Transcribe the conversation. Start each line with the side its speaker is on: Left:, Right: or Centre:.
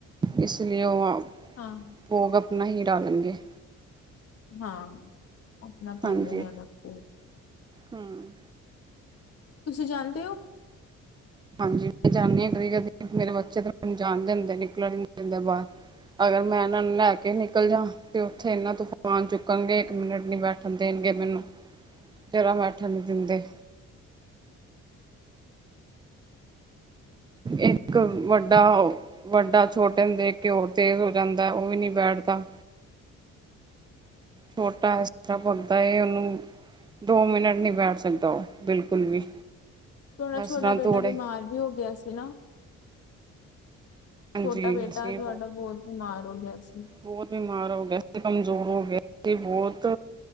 Right: ਇਸ ਲਈ ਉਹ।
Left: ਹਾਂ
Right: ਭੋਗ ਆਪਣਾ ਹੀ। <unintelligible>
Left: ਹਾਂ ਆਪਣਾ ਪਾਉਂਦੇ
Right: ਹਾਂਜੀ
Left: ਅਲਗ ਤੋ।
Right: ਹਮ
Left: ਤੁਸੀਂ ਜਾਣਦੇ ਹੋ।
Right: ਹਾਂਜੀ, ਮੈਂ ਜਾਣਦੀ ਹਾਂ ਕਦੀ-ਕਦੀ ਮੇਰੇ ਬੱਚੇ ਤਾਂ ਮੈਨੂੰ ਜਾਣ ਨੀ ਦੇਂਦੇ, ਨਿਕਲਣ ਨੀ ਦਿੰਦੇ ਬਾਹਰ, ਅਗਰ ਮੈਂ ਇਹਨਾਂ ਨੂੰ ਲੈ ਕੇ ਨਿਕਲ ਜਾਂ ਤੇ ਉੱਥੇ ਇਹਨਾ ਤੂਫਾਨ ਚੁੱਕਣਗੇ ਇੱਕ ਮਿੰਟ ਨੀ ਬੈਠਣ ਦੇਣਗੇ ਮੈਨੂੰ, ਜ਼ਰਾ ਬੈਠਣ ਨੀ ਦਿੰਦੇ। ਇਹ ਕ ਵੱਡਾ ਹੋਓ ਵੱਡਾ, ਛੋਟੇ ਹੁੰ ਦੇਖ ਕੇ ਹੋਰ ਤੇਜ਼ ਹੋ ਜਾਂਦਾ ਉਹ ਵੀ ਨੀ ਬੈਠਦਾ। ਛੋਟਾ ਇਸ ਤਰ੍ਹਾਂ ਬ ਤਾਹੀਂ ਇਹ ਉਹਨੂੰ ਦੋ ਮਿੰਟ ਨਹੀਂ ਬੈਠ ਸਕਦਾ ਉਹ ਬਿਲਕੁਲ ਵੀ।
Left: ਤੋਹਾਡਾ
Right: ਇਸ
Left: ਛੋਟਾ
Right: ਤਰ੍ਹਾਂ
Left: ਬੇਟਾ
Right: ਦੌੜੇ
Left: ਬਿਮਾਰ ਵੀ ਹੋ ਗਿਆ ਸੀ ਨਾ।
Right: ਹਾਂਜੀ
Left: ਛੋਟਾ ਬੇਟਾ
Right: ਅਸੀਂ
Left: ਤੁਹਾਡਾ ਬਹੁਤ ਬਿਮਾਰ ਹੋ ਗਿਆ ਸੀ।
Right: ਬਹੁਤ ਬਿਮਾਰ ਹੋਯਾ ਸੀ ਕਮਜੋਰ ਹੋ ਸੀ ਬਹੁਤ